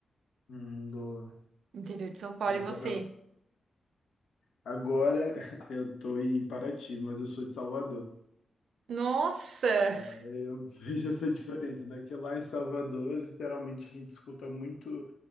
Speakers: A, on the left; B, on the right.
A: Hum, do...
B: Interior de São Paulo,
A: E aí
B: e você?
A: toca... Agora <laughs> eu tô em Paraty, mas eu sou de Salvador.
B: Nossa!
A: É, Eu <laughs> vejo essa diferença, né? Que lá em Salvador, literalmente, a gente escuta muito